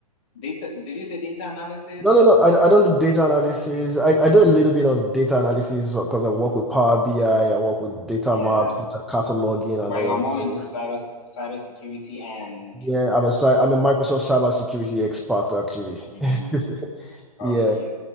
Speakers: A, on the left; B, in the centre.
A: data did you say data analysis?
B: No, no, no. I, I don't do data analysis. I, I do a little bit of data analysis because I work
A: Mhm.
B: with Power BI, I I work with data
A: Yeah.
B: maps, data cataloging, and
A: But
B: all
A: you are
B: of
A: more
B: those.
A: into cyber cybersecurity and
B: Yeah, I'm a cy- I'm a Microsoft cybersecurity expert actually.
A: Mm,
B: <laughs>
A: oh
B: Yeah,
A: yeah,